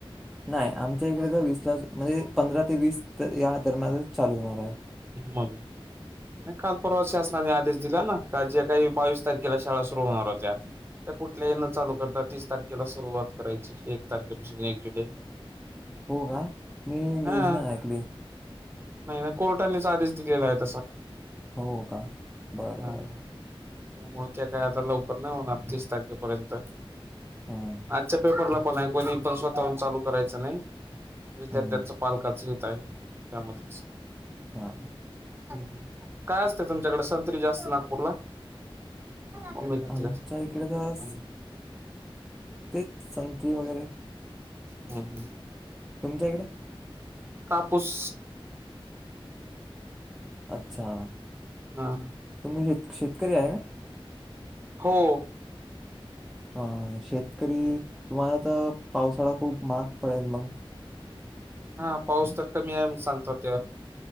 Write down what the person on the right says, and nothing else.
ममी. नाय काल परवा शासनाने आदेश दिला ना का ज्या काही बावीस तारखेला शाळा सुरु होणार होत्या -- त्या कुठल्या येन चालू करतात तीस तारखेला सुरुवात करायची. एक तारखेपासून एक जुलै
हा
नाही, नाही. कोर्टानीच आदेश दिलेला आहे तसा.
हा.
त्यामुळे ते काही आता लवकर नाही होणार तीस तारखेपर्यंत तर
आजच्या पेपरला पण आहे. कोणी पण स्वतःहून चालू करायचं नाही. विद्यार्थ्यांच
पालकाच हेत आहे त्यामधलं अस
हम् काय असतं तुमच्याकडे? संत्री जास्त नागपूरला. मम्मी घालते
जास्त
हम्म
हम्. हम.
कापूस.
हा.
हो.
हा पाऊस तर कमी आहे म्हण सांगतात त्या.